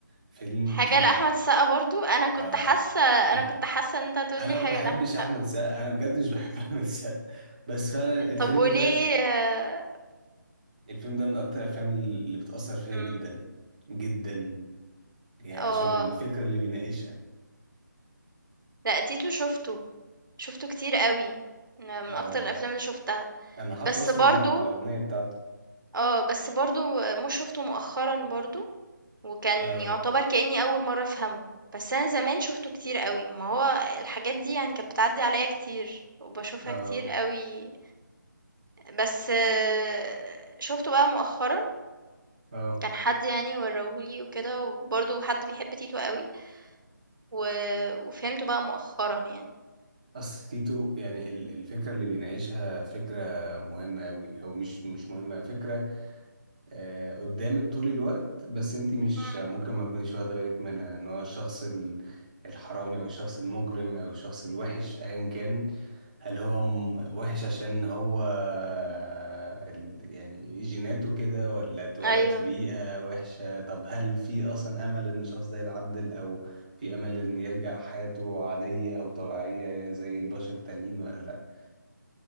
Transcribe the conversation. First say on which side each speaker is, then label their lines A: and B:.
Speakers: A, on the right; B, on the right.
A: فيلم
B: حاجة
A: تيتو
B: لأحمد السقا برضه، أنا كنت
A: اه
B: حاسة أنا
A: <laughs>
B: كنت حاسة إن أنت هتقول
A: انا
B: لي حاجة
A: ما بحبش
B: لأحمد السقا.
A: احمد السقا انا بجد مش بحب <laughs> احمد السقا بس فعلا الفيلم
B: طب وليه
A: ده الفيلم ده من اكتر الافلام اللي بتاثر فيا
B: إمم.
A: جدا
B: <laughs>
A: جدا يعني
B: آه.
A: عشان الفكره اللي بيناقشها
B: لأ، تيتو شُفته، شُفته كتير أوي، من من
A: اه
B: أكتر الأفلام اللي شُفتها،
A: انا حافظ
B: بس
A: اصلا
B: برضه
A: الاغنيه بتاعته
B: آه، بس برضه مو شُفته مؤخرًا برضه، وكان
A: اه
B: يُعتبر كإنّي أول مرّة أفهمه، بس أنا زمان شُفته كتير أوي، ما هو الحاجات دي يعني كانت بتعدّي عليَّ كتير، وباشوفها
A: اه
B: كتير أوي، بس آه، شُفته بقى مؤخرًا،
A: اه
B: كان حد يعني ورّاه لي وكده، وبرضه حد بيحب تيتو أوي، و وفهمته بقى مؤخرًا يعني.
A: اصل تيتو يعني ال- الفكره اللي بيناقشها فكره مهمه قوي او مش مش مهمه فكره آه، قدامك طول الوقت بس انت مش ممكن
B: إمم،
A: ما تكونيش واخده بالك منها ان هو الشخص ال- الحرامي او الشخص المجرم او الشخص الوحش ايا كان هل هو م- وحش عشان هو آه، ال- يعني جيناته كده ولا اتولد
B: أيوه،
A: في بيئة وحشة طب هل في اصلا امل ان الشخص ده يتعدل او في امل ان يرجع حياته عادية او طبيعية زي البشر التانيين ولا لا